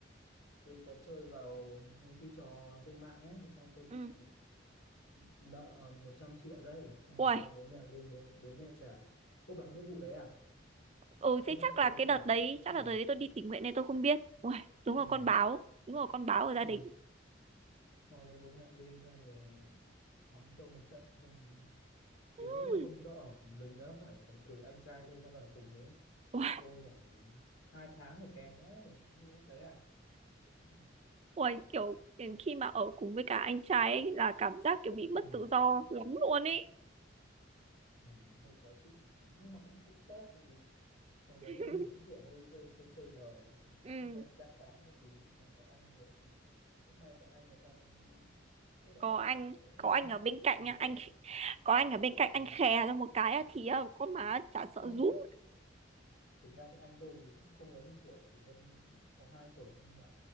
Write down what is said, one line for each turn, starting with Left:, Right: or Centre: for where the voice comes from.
Left: tôi có chơi vào mấy cái trò trên mạng ấy mà sao tôi bị
Right: ừ.
Left: nợ 100 triệu đấy xong
Right: Uầy,
Left: rồi sau bố mẹ lên bố, bố mẹ trả ô bà không biết vụ đấy à
Right: ừ,
Left: không
Right: thế
Left: biết
Right: chắc
Left: vụ
Right: là
Left: đấy
Right: cái
Left: của tôi
Right: đợt
Left: à
Right: đấy, chắc
Left: ừ.
Right: là đợt đấy tôi đi tình nguyện nên tôi không biết. Uầy, đúng
Left: Ừ.
Right: là con báo, đúng là con báo ở gia
Left: Ừ.
Right: đình.
Left: sau đấy bố mẹ lên xong rồi mắng cho một trận xong rồi đến
Right: Ừm.
Left: nỗi là không cho ở mình nữa phải phải cử anh trai tôi ra ở cùng với
Right: Uầy,
Left: tôi khoảng hai tháng này kèm đấy mình cũng như lúc đấy à ừ.
Right: uầy, kiểu, kiểu khi mà ở cùng với cả anh trai ấy là cảm giác kiểu bị mất
Left: Ừ.
Right: tự do lắm luôn ấy.
Left: Ừ. nó hơi khó chịu một tí nhưng mà cũng cũng tốt tại vì còn đấy
Right: <laughs>
Left: là mình cũng kiểu hơi hơi hơi chơi bời mình vẫn
Right: Ừ.
Left: hơi chắc tán một tí nhưng mà có anh đấy thì cũng may có anh là sao anh tức là
Right: có
Left: anh
Right: anh
Left: cũng
Right: có
Left: hơn
Right: anh ở bên cạnh
Left: ừ,
Right: nha
Left: hơn
Right: anh có anh ở bên cạnh
Left: ừ.
Right: anh khè ra một cái á, thì ờ, con má chả sợ
Left: không
Right: rúm
Left: thực ra thì anh tôi thì cũng không lớn hơn tuổi chỉ hơn có hai tuổi nhưng mà